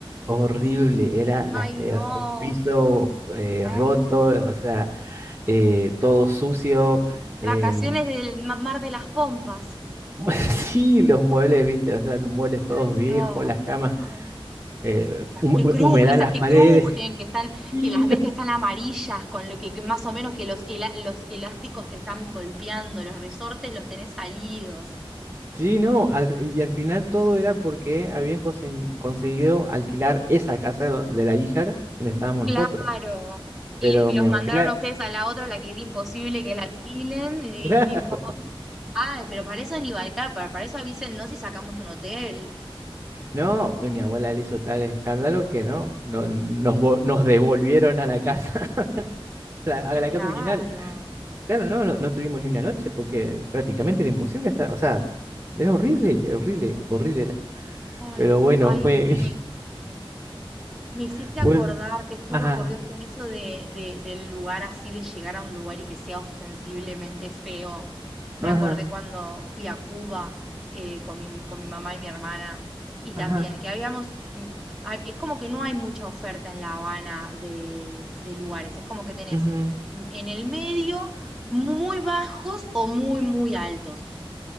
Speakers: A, on the right; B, in the centre.
A: Horrible, era la,
B: ay,
A: eh,
B: no,
A: o sea, el piso eh,
B: ay,
A: roto,
B: no.
A: o sea, eh, todo sucio.
B: Vacaciones
A: em,
B: del Ma- Mar de las Pompas.
A: <laughs> sí, los muebles, viste, o sea, los muebles todos
B: Ay,
A: viejos,
B: no,
A: las camas,
B: qué horror.
A: eh,
B: la-
A: hum-
B: que crujen,
A: humedad
B: esas
A: en las
B: que
A: paredes.
B: crujen,
A: <laughs>
B: que están,
A: Sí,
B: que las
A: no,
B: ves que están amarillas, con lo que que más o menos que los, ela- los elásticos te están golpeando, los resortes los tenés salidos.
A: sí, no, al- y al final todo era porque habían consen- conseguido alquilar esa casa do- de la hija donde estábamos
B: Claro.
A: nosotros.
B: Y
A: Pero
B: les los
A: mi abuela,
B: mandaron a ustedes a la otra, la que era imposible que la alquilen, y di-
A: <laughs> claro,
B: dijo, ay, pero para eso ni Balcar, para, para eso avísennos si sacamos un hotel.
A: no, mi mi abuela le hizo tal escándalo que no, no nos, vo- nos devolvieron a la casa. a la- a la
B: Claro.
A: casa original. Claro, no, no, no tuvimos ni una noche porque prácticamente era imposible estar, o sea, era horrible, era horrible, horrible era.
B: Ay,
A: Pero bueno,
B: ay,
A: fue,
B: me, Me hiciste
A: <laughs>
B: acordar,
A: fue,
B: te juro
A: ajá,
B: por Dios, con eso de, de- del lugar así, de llegar a un lugar y que sea ostensiblemente feo. Me
A: ajá,
B: acordé cuando fui a Cuba eh, con mi, con mi mamá y mi hermana, y también
A: ajá,
B: que habíamos, mm, a- es como que no hay mucha oferta en La Habana de, de lugares, es como que tenés
A: ujú,
B: mm, en el medio muy bajos o muy, muy altos.